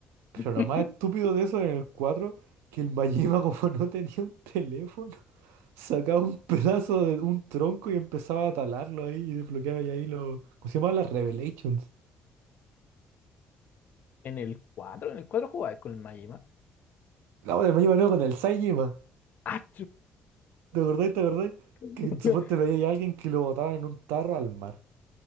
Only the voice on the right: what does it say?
Pero
lo más estúpido de eso era en el cuatro que el Majima como no tenía un teléfono, Sacaba un <laughs> pedazo de un tronco y empezaba a talarlo ahí y desbloqueaba y ahí lo. ¿Cómo se llamaba las Revelations?
La bueno, me iba con el Saijima.
¿Te acordás? ¿Te acordás?
Que supuestamente
veía a alguien que lo botaban en un tarro al mar.